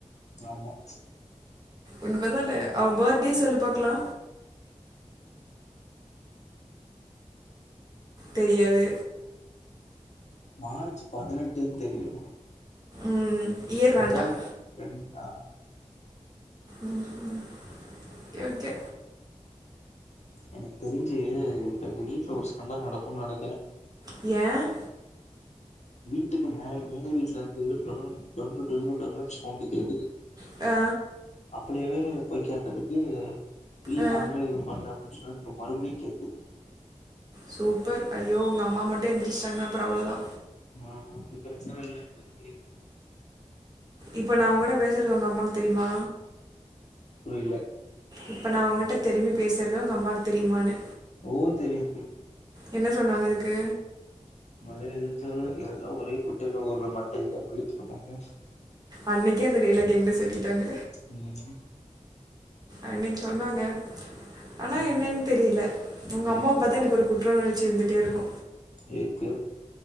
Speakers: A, on the left; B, on the right.
A: ஆம்மா
B: உண்மதான அவ பர்த்டே சொல்லு பாக்கலா தெரியாது
A: மார்ச் பதுனெட்டுன் தெரியு
B: ம், இயர்
A: ரெண்டாயிரத்
B: வேண்டாம்
A: ரெண் ஆ
B: ம் ம் ஓகே ஒகே
A: எனக் தெரிஞ்சி இப்ப எங்க வீட்ல ஒரு சண்ட நடக்குன் நனைக்கிற
B: ய
A: வீட்டுக்கு மேல் மேல் வீட்ல இருந்து டொன் டொன்னு டொன்னு டொன்னுன்னு சவுண்டு கேக்குது
B: ஆ
A: அப்பலவே போய் கேட்டதுக்கு இல்ல
B: ஆ
A: நாங்களே எதுவு பண்ல அப்டின் சொல்லிட்டு இப்ப மறுபடியு கேக்குது
B: சூப்பர் ஐயோ உங்க அம்மா மட்டு எந்திருச்சிட்டாங்கன்னா அப்றோ அவ்ளோதா
A: மா அப்டி பிரச்சன இல்ல சொல்லிருவே
B: இப்போ நா உங்கூட பேசுறது உங் அம்மாக்கு தெரிமா
A: புரில
B: இப்ப நா உங்கிட்ட திரும்பி பேசுறது உங் அம்மாக்கு தெரியுமான்னே
A: ஓ தெரியுது
B: என்ன சொன்னாங்க அதுக்கு
A: மறுபடியு எதுவு சொல்ல எல்லா ஒரே குட்டைல ஊர்ற மட்ட இது அப்டின் சொன்னாங்க
B: அன்னிக்கே அந்த டைலாக்க எங்கிட்ட சொல்லிட்டாங்க
A: ம்
B: அன்னிக்கு சொன்னாங்க ஆனா
A: ம்
B: என்னன் தெரில உங்க
A: ம்
B: அம்மாவ பாத்தா எனக்கு ஒரு குட் குற்ற உணர்ச்சி இருந்துட்டே இருக்கு
A: எதுக்கு